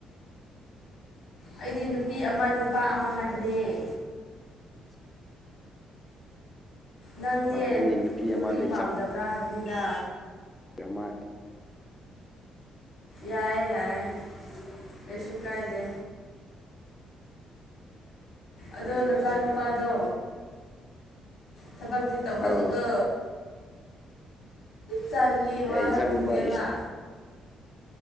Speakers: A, on the left; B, on the left.
A: ꯑꯩꯗꯤ ꯅꯨꯄꯤ ꯑꯃ ꯅꯨꯄꯥ ꯑꯃ ꯍꯥꯏꯕꯅꯦ
B: ꯎ
A: ꯅꯪꯅꯦ
B: ꯅꯪꯒꯤ
A: ꯅꯨꯄꯤ
B: ꯑꯃꯗ
A: ꯄꯥꯝꯗꯕ꯭ꯔꯥ ꯍꯥꯏꯕꯅꯤꯗ
B: ꯃꯥꯏ <inaudible>
A: ꯌꯥꯏꯑꯦ ꯌꯥꯏꯑꯦ ꯀꯩꯁꯨ ꯀꯥꯏꯗꯦ ꯑꯗꯣ
B: ꯍꯣꯏꯗ
A: ꯅꯆꯥꯅꯨꯄꯥꯗꯣ
B: ꯍꯣꯏꯗ
A: ꯊꯕꯛꯇꯤ ꯇꯧꯍꯜꯂꯨꯀꯣ
B: ꯑꯧ
A: ꯆꯥꯅꯨ ꯇꯤ
B: ꯑꯩ
A: ꯋꯥꯍꯟꯅꯤꯡꯗꯦꯕ
B: ꯏꯆꯥ ꯅꯨꯄꯥ